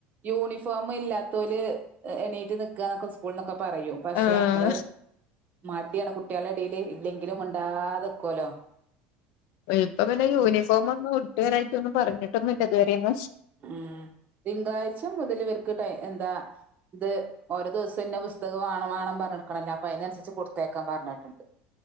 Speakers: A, on the right; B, on the left.
A: യൂണിഫോം ഇല്ലാത്തോല് എണീറ്റ് നിക്കാന്നൊക്കാ സ്കൂളിന്നൊക്ക പറയൂ പക്ഷെ
B: ആഹ്
A: നമ്മള് മടിയാണ് കുട്ടികളുടെ എടേല് ഇല്ലെങ്കിലും മുണ്ടാതെ നിക്കുവല്ലോ
B: ഇപ്പ പിന്നെ യൂണിഫോം അങ്ങ് കൊടു ക്ലിയറായിടൊന്നും പറഞ്ഞിട്ടൊന്നില്ല ഇതുവരെയന്നും
A: ആ തിങ്കളാഴ്ച മുതല് വരു ട്ട എന്താ ഇത് ഓരോ ദിവസം ഇന്ന പുസ്തകം ആണ് മാഡം പറഞ്ഞടുക്കണല്ലേ അപ്പൊ അതിനനുസരിച്ച് കൊടുത്തേക്കാൻ പറഞ്ഞിട്ടുണ്ട്